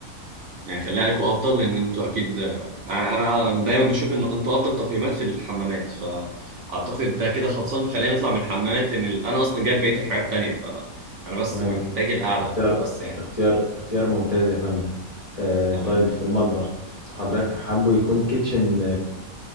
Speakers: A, on the right; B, on the left.
A: يعني خليها عليكم أفضل لأن أنتوا أكيد آه، أنا أنا دايما بشوف إن أنتوا أفضل تقييمات في الحمامات فأعتقد ده كده خلصان فخلينا نطلع من الحمامات لأن ال- أنا أصلا جايب بقية الحاجات التانية فأنا بس
B: تمام
A: محتاج القعدة
B: اختيار
A: بس يعني
B: اختيار اختيار ممتاز يا فندم آه
A: تمام
B: طيب في المطبخ حضرتك حابه يكون كيتشن